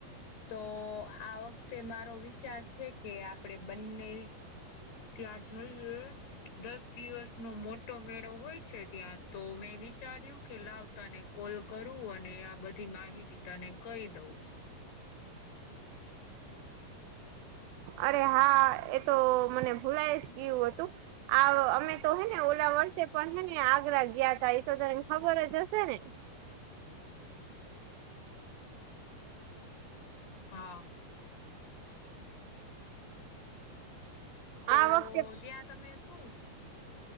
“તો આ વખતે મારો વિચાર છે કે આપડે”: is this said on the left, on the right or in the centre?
Left